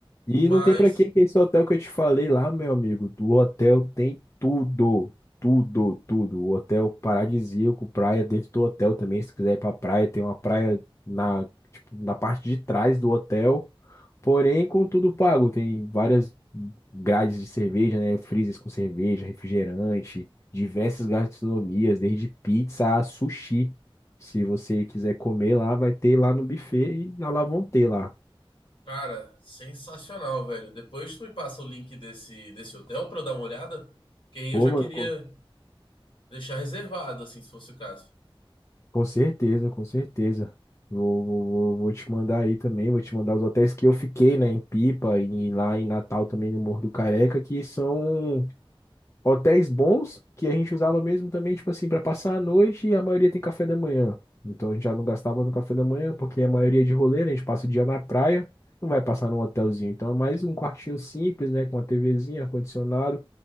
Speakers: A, on the left; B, on the left.
A: E
B: Mas,
A: não tem pra quem que é esse hotel que eu te falei lá, meu amigo. Do hotel tem tudo, tudo, tudo. O hotel paradisíaco, praia dentro do hotel também. Se tu quiser ir pra praia, tem uma praia na, tipo, na parte de trás do hotel. Porém, com tudo pago. Tem várias grades de cerveja, né? Freezers com cerveja, refrigerante, diversas gastronomias, desde pizza a sushi. Se você quiser comer lá, vai ter lá no buffet e lá vão ter lá.
B: cara, sensacional, velho. Depois tu me passa o link desse, desse hotel pra eu dar uma olhada. Porque aí eu
A: Ô,
B: já
A: mano,
B: queria
A: como-
B: deixar reservado, assim, se fosse o caso.
A: Com certeza, com certeza. Vou, vou, vou vou te mandar aí também, vou te mandar os hotéis que eu fiquei, né, em Pipa e lá em Natal também no Morro do Careca, que são hotéis bons que a gente usava mesmo também, tipo assim, para passar a noite e a maioria tem café da manhã. Então a gente já não gastava no café da manhã, porque a maioria é de rolê, né, a gente passa o dia na praia, não vai passar num hotelzinho. Então é mais um quartinho simples, né, com uma TVzinha, ar-condicionado,